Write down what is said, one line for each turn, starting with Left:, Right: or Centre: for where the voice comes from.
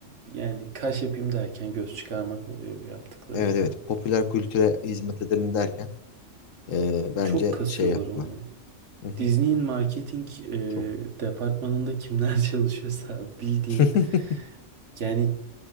Right: yani kaş yapayım derken göz çıkarmak oluyor bu yaptıkları
Left: Evet
Right: ya.
Left: evet popüler kültüre hizmet edelim derken e, bence
Right: Çok kasıyorlar
Left: şey yaptılar.
Right: onu.
Left: Hı hı.
Right: Disney'in marketing e,
Left: Çok.
Right: departmanında kimler <laughs> çalışıyorsa bildiğin
Left: <laughs>
Right: yani